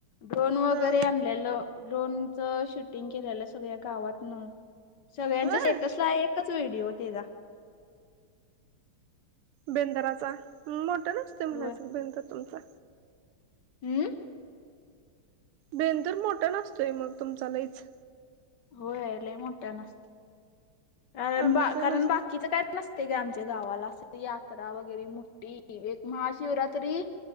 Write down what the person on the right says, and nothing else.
हा
होय
बेंदराचा मोठ्यानं असतोय म्हणायचा
की बेंदर तुमचा.
बेंदूर मोठ्यानं असतोय मग तुमचा लयच.
आमचं
नस